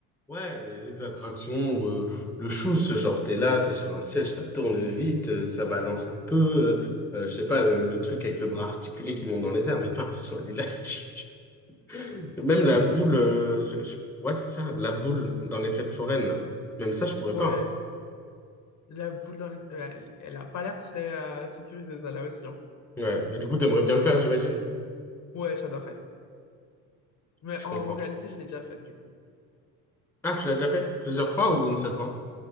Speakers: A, in the centre; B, on the left.
A: Ouais, mais les attractions, ou, euh, le chou, ce genre, t'es là, t'es sur un siège, ça tourne vite, euh, ça balance un peu. euh, euh, je sais pas, le, le truc avec le bras articulé qui monte dans les airs, mais pas <laughs> sur l'élastique. Même la boule, euh, je- je- ouais, c'est ça, la boule dans les fêtes foraines, là. Même ça, je pourrais
B: Ouais,
A: pas. hein.
B: la boule dans les... euh, Elle, elle a pas l'air très euh, sécurisée, ça, là aussi. hein.
A: Ouais, mais du coup, t'aimerais bien le faire, j'imagine.
B: Ouais, j'adorerais. Mais
A: Je comprends.
B: en réalité, je l'ai déjà faite, du coup.
A: Ah, tu l'as déjà fait? Plusieurs fois ou une seule fois?